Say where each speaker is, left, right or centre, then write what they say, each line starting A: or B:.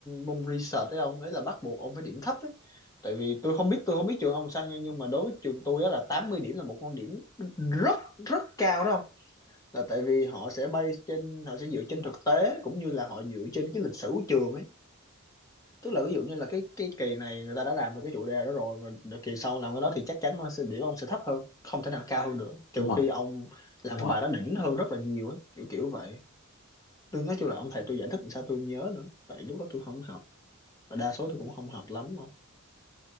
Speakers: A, on the left (about 15°); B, on the left (about 60°).
A: môn research đấy ông đấy là bắt buộc ông phải điểm thấp ấy tại vì tôi không biết tôi không biết trường ông sao nha nhưng mà đối với trường tôi á là 80 điểm là một con điểm rất rất cao đó không là tại vì họ sẽ base trên họ sẽ dựa trên thực tế cũng như là họ dựa trên cái lịch sử của trường ấy tức là ví dụ như là cái cái kỳ này người ta đã làm về cái chủ đề đó rồi và đợt kỳ sau làm cái đó thì chắc chắn nó sẽ điểm ông sẽ thấp hơn không thể nào cao hơn được trừ
B: đúng rồi
A: khi ông làm
B: đúng
A: cái
B: rồi
A: bài đó đỉnh hơn rất là nhiều ấy kiểu kiểu vậy tôi nói chung là ông thầy tôi giải thích làm sao tôi không nhớ nữa tại lúc đó tôi không học và đa số tôi cũng không học lắm không